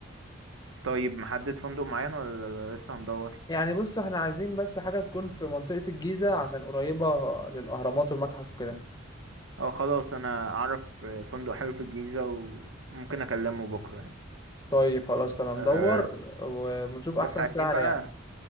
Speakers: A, on the right (about 75°); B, on the left (about 20°).
A: طيب محدد فندق معين ولا لسه هندور
B: يعني بص احنا عايزين بس حاجة تكون في منطقة الجيزة عشان قريبة للأهرامات والمتحف وكده
A: اه خلاص انا اعرف فندق حلو في الجيزة وممكن اكلمه بكرة يعني
B: طيب خلاص تمام
A: أه
B: دور ونشوف
A: بس
B: أحسن
A: عايزين
B: سعر
A: بقى
B: يعني